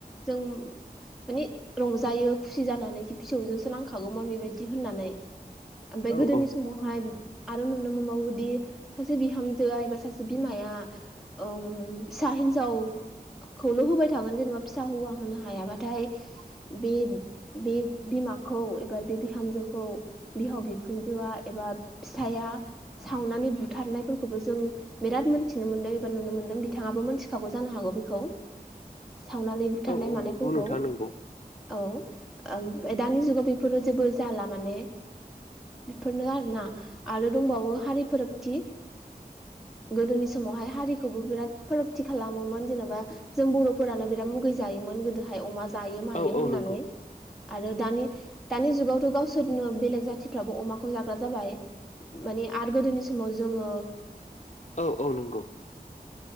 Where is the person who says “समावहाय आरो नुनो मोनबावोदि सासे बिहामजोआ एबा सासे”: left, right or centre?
Centre